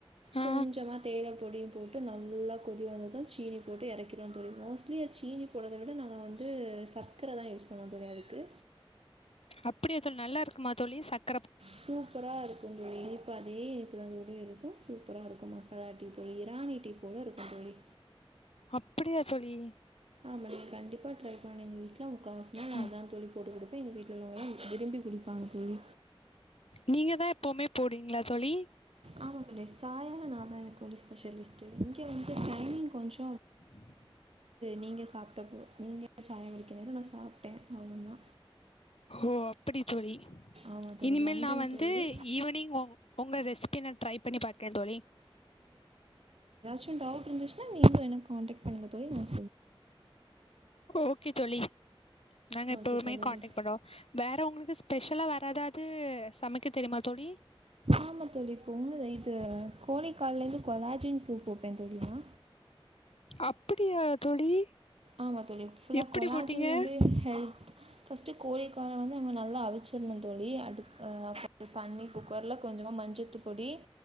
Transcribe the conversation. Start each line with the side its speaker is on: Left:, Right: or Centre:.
Left: ஆ
Right: கொஞ்சமா தேயல பொடியு போட்டு நல்லா கொதி வந்தது சீனி போட்டு இறக்கிருவோ தோழி மோஸ்ட்லி சீனி போட்றத விட நாங்க வந்து சக்கர தா யூஸ் பண்ணுவோ தோழி அதுக்கு
Left: அப்டியா தோழி நல்லா இருக்குமா தோழி சக்
Right: சூப்பரா இருக்கு தோழி இனிப்பு அதே இனிப் மசாலாவோடயு இருக்கு சூப்பரா இருக்கு மசாலா டீ தோழி ராணி டீ போல இருக்கு தோழி
Left: அப்டியா தோழி
Right: ஆமாங்க கண்டிப் இப்பாட்ல இருக்குறவ எங்க வீட்ல முக்காவாசி நாள் நா
Left: ம்
Right: அதா தோழி போட்டு குடுப்பே எங்க வீட்ல உள்ளவங்கெல்லா விரும்பி குடிப்பாங்க தோழி
Left: நீங்க தா எப்பவுமே போடுவீங்களா தோழி
Right: ஆமா தோழி சாயானா நா தா தோழி ஸ்பெஷலிஸ்ட்டு இங்க வந்து டைமிங் கொஞ்சோ
Left: உம்
Right: நீங்க சாப்டப்போ நீங்க சாயா குடிக்கிற நேரோ நா சாப்ட்டே அவ்ளோ தா
Left: ஓ அப்டி தோழி
Right: ஆமாம் தோழி
Left: இனிமேல்
Right: லண்டன்
Left: நா வந்து
Right: தோழி
Left: ஈவினிங் ஒங் உங்க ரெசிபி நா ட்ரை பண்ணி பாக்றே தோழி
Right: எது டவுட் இருந்துச்சுா நீங்ளு என்ன காண்டக்ட் பண்ணுங்க தோழி ந
Left: ஓகே தோழி நாங்க எப்பவுமே
Right: ஓகே தோழி
Left: காண்டெக்ட் பண்றோ வேற உங்களுக்கு சு ஸ்பெஷலா வேராதாவது சமைக்க தெரியுமா தோழி
Right: ஆமா தோழி <unintelligible> இது கோழி கால்ல இருந்து கொலாஜின் சூப் வைப்பே தோழி நா
Left: அப்டியா தோழி
Right: ஆமா தோழி ஃபுல்லா
Left: எப்படி
Right: கொலாஜின்
Left: போட்டீங்க?
Right: வந்து ஹெத் ஃபஸ்ட் கோழி கால வந்து நம்ம நல்லா அவுச்சுருனு தோழி அடுத் தண்ணி குக்கர்ல கொஞ்சமா மஞ்சத்து பொடி